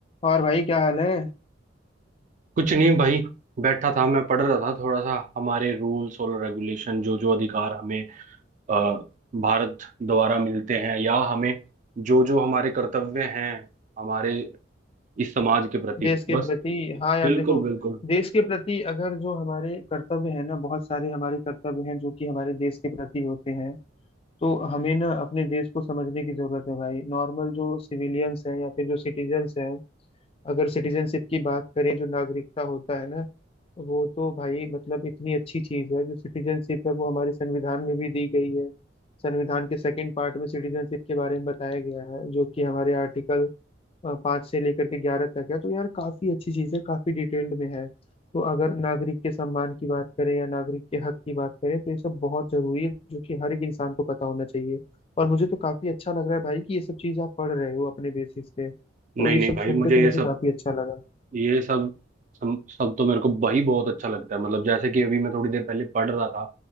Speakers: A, on the left; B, on the right.
A: और भाई क्या हाल है
B: कुछ नहीं भाई बैठा था मैं पढ़ रहा था थोड़ा सा हमारे रूल्स और रेगुलेशन जो जो अधिकार हमें अ, भारत द्वारा मिलते हैं या हमें जो जो हमारे कर्तव्य हैं हमारे इस समाज के प्रति
A: देश के
B: बस
A: प्रति हाँ यार
B: बिल्कुल
A: देखो
B: बिल्कुल
A: देश के प्रति अगर जो हमारे कर्तव्य है ना बहुत सारे हमारे कर्तव्य हैं जो कि हमारे देश के प्रति होते हैं तो हमें ना अपने देश को समझने की जरूरत है भाई नॉर्मल जो सिविलियंस है या फिर जो सिटीजन्स है अगर सिटीजनशिप की बात करें जो नागरिकता होता है ना वो तो भाई मतलब इतनी अच्छी चीज है जो सिटीजनशिप है वो हमारे संविधान में भी दी गई है संविधान के सेकंड पार्ट में सिटीजनशिप के बारे में बताया गया है जो कि हमारे आर्टिकल पाँच से लेकर के ग्यारह तक है तो यार काफी अच्छी चीज है काफी डिटेल्ड में है तो अगर नागरिक के सम्मान की बात करें या नागरिक के हक की बात करें तो ये सब बहुत जरूरी है जो कि हर एक इंसान को पता होना चाहिए और मुझे तो काफी अच्छा लग रहा है भाई कि ये सब चीज आप पढ़ रहे हो अपने बेसिस पे
B: नहीं
A: तो ये
B: नहीं
A: सब
B: भाई
A: सुन
B: मुझे
A: के तो मुझे
B: ये सब
A: काफी अच्छा लगा
B: ये सब सब सब तो मेरे को वही बहुत अच्छा लगता है मतलब जैसे कि अभी मैं थोड़ी देर पहले पढ़ रहा था